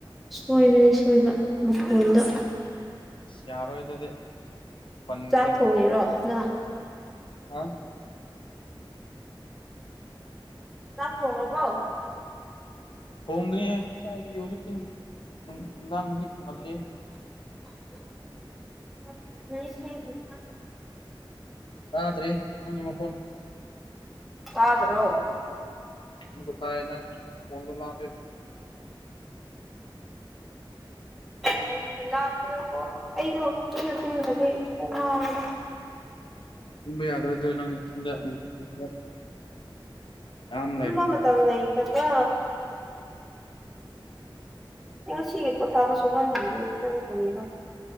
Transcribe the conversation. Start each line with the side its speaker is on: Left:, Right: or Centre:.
Centre: ꯁꯣꯏꯕꯅꯤ ꯁꯣꯏꯕ ꯃꯈꯣꯟꯗꯣ
Left: ꯌꯥꯔꯣꯏ ꯑꯗꯨꯗꯤ ꯄꯟꯈ꯭ꯔꯦ
Centre: ꯆꯥꯛ ꯊꯣꯡꯉꯤꯔꯣ ꯅꯪ
Left: ꯍꯥ
Centre: ꯆꯥꯛ ꯊꯣꯡꯉꯕꯣ
Left: ꯊꯣꯡꯗ꯭ꯔꯤ ꯀꯥꯏꯗꯒꯤ ꯍꯧꯖꯤꯛꯇꯤ ꯅꯨꯡꯗꯥꯡꯗꯤ ꯉꯜꯂꯤ
Centre: <inaudible>
Left: ꯇꯥꯗ꯭ꯔꯦ ꯅꯪꯒꯤ ꯃꯈꯣꯟ
Centre: ꯇꯥꯗ꯭ꯔꯣ
Left: ꯊꯕꯛ ꯐꯔꯦ ꯅꯪ <unintelligible>
Centre: ꯀꯒꯤ ꯂꯥꯞꯄꯅꯣ ꯑꯁ ꯑꯩꯗꯣ ꯀꯩꯅ ꯇꯨꯝꯗꯕꯦ ꯄꯣꯛ ꯃꯣꯟꯗ
Left: ꯇꯨꯝꯕ ꯌꯥꯗ꯭ꯔꯣ ꯅꯪ <unintelligible> ꯌꯥꯝ
Centre: ꯇꯨꯝꯕ
Left: ꯂꯩꯕꯁꯨ ꯅꯠꯇꯦ
Centre: ꯃꯇꯝ ꯂꯩꯇꯕ ꯉꯁꯤꯒꯤ ꯄꯣꯠꯊꯥꯕ ꯁꯨꯡꯐꯝ ꯐꯪꯗꯦ ꯅꯪ ꯀꯔꯤꯒꯤꯅꯣ